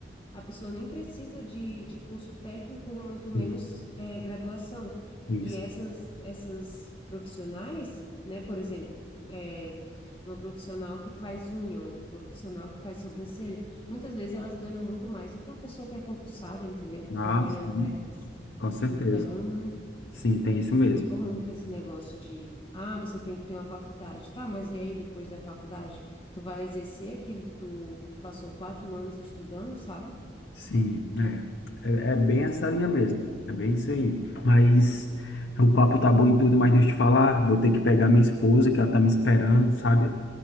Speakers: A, on the left; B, on the left.
A: a pessoa nem precisa de, de curso técnico, muito menos
B: e-
A: é, graduação.
B: isso.
A: E essas, essas profissionais, né, por exemplo, é, uma profissional que faz unha, uma profissional que faz sobrancelha, muitas vezes elas ganham muito mais do que uma pessoa que é concursada, entendeu?
B: Ah,
A: Trabalhando
B: sim,
A: para eles.
B: com certeza.
A: Então,
B: Sim, tem isso mesmo.
A: mudou muito esse negócio de, ah, você tem que ter uma faculdade. Tá, mas e aí, depois da faculdade, tu vai exercer aquilo que tu passou quatro anos estudando, sabe?
B: Sim, é. É, é bem essa linha mesmo. É bem isso aí. Mas o papo tá bom e tudo, mas deixa eu te falar, vou ter que pegar minha esposa, que ela tá me esperando, sabe?